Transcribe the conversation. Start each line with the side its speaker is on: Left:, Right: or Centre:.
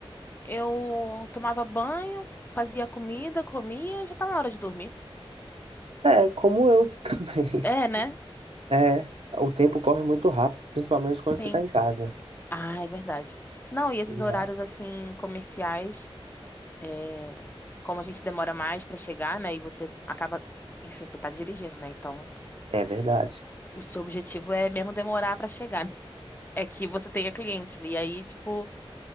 Left: eu tomava banho, fazia comida, comia, já tava na hora de dormir.
Right: É, como eu que <laughs> também.
Left: É, né?
Right: É, o tempo corre muito rápido, principalmente
Left: Sim.
Right: quando você tá em casa.
Left: Ah, é verdade. Não, e esses
Right: Não.
Left: horários assim, comerciais. É, como a gente demora mais pra chegar, né? E você acaba, enfim, você tá dirigindo, né? Então,
Right: É verdade.
Left: o seu objetivo é mesmo demorar pra chegar, né? <laughs> É que você tenha cliente, né? E aí, tipo,